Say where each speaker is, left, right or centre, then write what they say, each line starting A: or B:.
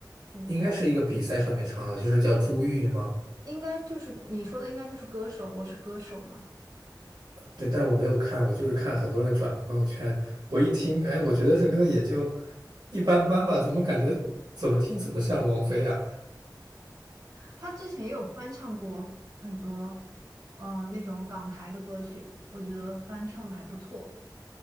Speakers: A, on the right (about 50°); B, on the right (about 70°).
A: 我不知道。
B: 应该是一个比赛上面唱的，就是叫朱玉吗？
A: 应该就是你说的，应该就是歌手，我是歌手嘛。
B: 对，但我没有看，我就是看很多人转朋友圈，我一听，哎，我觉得这歌也就一般般吧，怎么感觉怎么听怎么像王菲呀、
A: 他之前也有翻唱过很多，呃，那种港台的歌曲，我觉得翻唱的还不错。